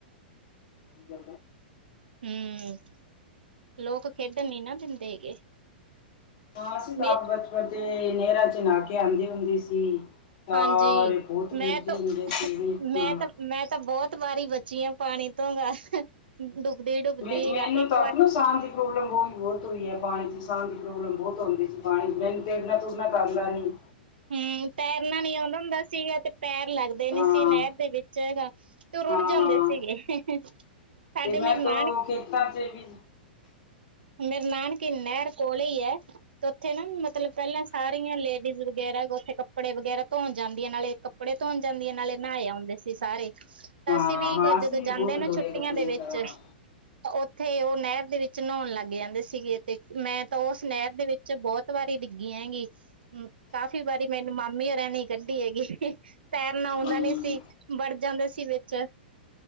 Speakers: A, on the left; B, on the right.
A: ਸਹੀ
B: ਹਮ ਲੋਕ ਖੇਡਣ ਨੀ ਨਾ ਦਿੰਦੇ ਹੈਗੇ
A: ਤਾਂਸੀਂ ਤਾਂ
B: ਮੇਰੇ
A: ਬਚਪਨ ਤੇ ਨਹਿਰਾਂ 'ਚ ਨਾ ਕੇ ਆਉਂਦੇ ਹੁੰਦੇ ਸੀ ਹਾਂ
B: ਹਾਂਜੀ,
A: ਅਸੀ ਬਹੁਤ
B: ਮੈਂ
A: ਖੇਡਦੇ
B: ਤਾਂ
A: ਹੁੰਦੇ ਸੀ ਜੀ
B: ਮੈਂ
A: ਹਾਂ
B: ਤਾਂ ਮੈਂ ਤਾਂ ਬਹੁਤ ਵਾਰੀ ਬਚੀ ਹਾਂ, ਪਾਣੀ ਤੋਂ ਗ ਡੁਬਦੀ ਡੁੱਬਦੀ
A: ਮੈਂ ਮੈਨੂੰ
B: ਗ ਇੱਕ
A: ਤਾਂ
B: ਵਾਰ
A: ਆਪਣਾ ਸਾਹ ਦੀ ਪ੍ਰੋਬਲਮ ਬਹੁਤ ਬਹੁਤ ਹੋਈ ਹੈ ਪਾਣੀ 'ਚ ਸਾਹ ਦੀ ਪ੍ਰੋਬਲਮ ਬਹੁਤ ਹੁੰਦੀ ਜੀ ਪਾਣੀ ਮੈਨੂੰ ਤੇਰਨਾ ਤੁਰਨਾ ਤਾਂ ਆਉਂਦਾ ਨੀ
B: ਹਮ ਤੈਰਨਾ ਨੀ ਆਉਂਦਾ ਹੁੰਦਾ ਸੀਗਾ ਤੇ ਪੈਰ ਲੱਗਦੇ ਨੀ
A: ਹਾਂ
B: ਸੀ ਨਹਿਰ ਦੇ ਵਿੱਚ 'ਚ ਹੈਗਾ ਤੇ ਉਹ ਰੁੜ
A: ਹਾਂ
B: ਜਾਂਦੇ ਸੀਗੇ ਸਾਡੇ
A: ਤੇ ਮੈਂ
B: ਮੇਰੇ
A: ਤੋ
B: ਨਾਨਕ
A: ਖੇਤਾਂ 'ਚ ਵੀ
B: ਮੇਰੇ ਨਾਨਕੇ ਨਹਿਰ ਕੋਲੇ ਹੀ ਹੈ ਤੇ ਉੱਥੇ ਨਾ ਮਤਲਬ ਪਹਿਲਾਂ ਸਾਰੀਆਂ ਲੇਡੀਜ਼ ਗੈਰਾ ਕੋਲ ਉੱਥੇ ਕੱਪੜੇ ਵਗੈਰਾ ਧੋਣ ਜਾਂਦੀਆਂ ਨਾਲੇ ਕੱਪੜੇ ਧੋਣ ਜਾਂਦੀਆਂ ਨਾਲੇ ਨਹਾਏ ਆਉਂਦੇ ਸੀ ਸਾਰੇ ਤਾਂ
A: ਹਾਂ
B: ਅਸੀਂ ਵੀ
A: ਹਾਂ ਅਸੀਂ
B: ਜਦੋਂ
A: ਵੀ
B: ਜਾਂਦੇ
A: ਬਹੁਤ
B: ਨਾ
A: ਧੋਏ
B: ਛੁੱਟੀਆਂ
A: ਕੱਪੜੇ
B: ਦੇ ਵਿੱਚ
A: ਹਾਂ
B: ਉੱਥੇ ਓ ਨਹਿਰ ਦੇ ਵਿੱਚ ਨਹਾਉਣ ਲੱਗ ਜਾਂਦੇ ਸੀਗੇ ਤੇ ਮੈਂ ਤਾਂ ਉਸ ਨਹਿਰ ਦੇ ਵਿੱਚ ਬਹੁਤ ਵਾਰੀ ਡਿੱਗੀ ਹੈਂਗੀ ਕਾਫ਼ੀ ਵਾਰੀ ਮੈਨੂੰ ਮਾਮੇ ਹੋਣਾ ਨੇ ਕੱਢੀ ਹੈਗੀ ਤੈਰਨਾ ਆਉਂਦਾ
A: ਹਮ।
B: ਨਹੀਂ ਸੀ ਵਰ ਜਾਂਦੇ ਸੀ ਵਿਚ